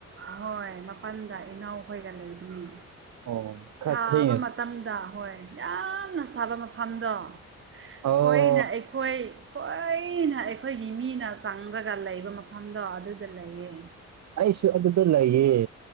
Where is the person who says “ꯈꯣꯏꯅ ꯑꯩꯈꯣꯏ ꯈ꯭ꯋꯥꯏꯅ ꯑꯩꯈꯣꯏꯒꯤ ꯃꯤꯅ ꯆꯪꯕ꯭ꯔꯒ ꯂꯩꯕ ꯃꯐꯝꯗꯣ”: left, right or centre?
Right